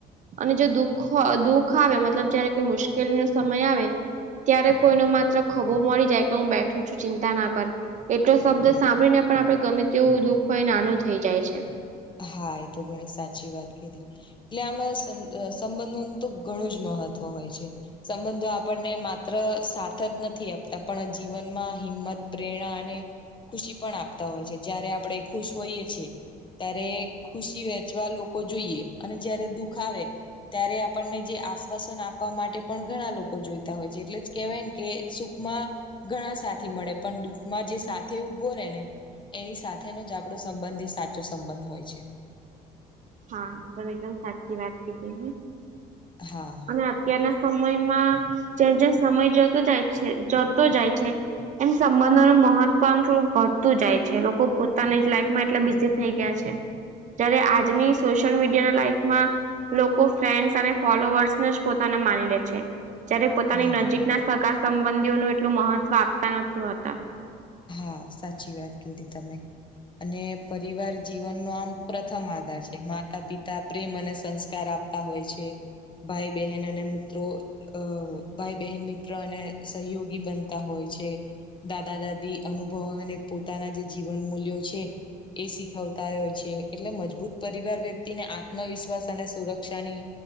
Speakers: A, on the right; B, on the left.
A: અને જો દુખ દુઃખ આવે મતલબ જયારે કોઈ મુશ્કેલીનો સમય આવે. ત્યારે કોઈ ન માત્ર ખભો મળી જાય કે હું બેઠું છું ચિંતા ના કર એટલો શબ્દ સાંભળીને પણ આપડે ગમે તેવું દુઃખ હોય નાનું થઇ જાય છે.
B: હા એ તો ઘણી સાચી વાત કેલી એટલે આમાં સંબંધો નું તો ઘણું જ મહત્વ હોય છે. સંબંધો આપણને માત્ર સા જ નથી આપતા પણ જીવનમાં હિંમત પ્રેરણા અને ખુશી પણ આપતા હોય છે જયારે આપણે ખુશ હોઈએ છીએ ત્યારે ખુશી વેચવા લોકો જોઈએ અને જયારે દુઃખ આવે. ત્યારે આપણને જે આશ્વાસન આપવા માટે પણ ઘણા લોકો જોઈતા હોય છે એટલે કેવાય કે સુખમાં ઘણા સા મળે પણ દુઃખમાં જે સાથે ઉભો રહેે ને એની સાથેનો જ આપડો સંબંધ એ સાચો સંબંધ હોય છે.
A: હા તું પણ એકદમ સાચી વાત કીધી હો.
B: હા.
A: અને અત્યારના સમયમાં જેમ જેમ સમય જતો જાય છે જતો જાય છે. એમ સંબંધોનું મહત્વ આમ થોડું ઘટતું જાય છે લોકો પોતાની જ લાઈફમાં એટલા બીઝી થઈ ગયા છે. જય્યારે આજની સોશિયલ મીડિયા ના લાઈફમાં લોકો ફ્રેન્ડસ અને ફોલોઅર્સને જ પોતાના માની લે છે. જયારે પોતાની
B: હા
A: નજીકના સગા સંબંધીઓનું એટલું મહત્વ આપતા નથી હોતા.
B: હા, સાચી વાત કીધી તમે. અને પરિવાર જીવનનો આમ પ્રથમ આધાર છે, માતા, પિતા, પ્રેમ, અને સંસ્કાર આપ તા હોય છે, ભાઈ, બહેન અને મિત મિત્રો અ ભાઈ બહેન મિત્ર અને સહયોગી બનતા હોય છે. દાદા દાદી અનુભવ અને પોતાના જે જીવન મૂલ્યો છે. એ શીખવતા હોય છે એટલે મજબૂત પરિવાર વ્યક્તિને આત્મવિશ્વાસ અને સુરક્ષાની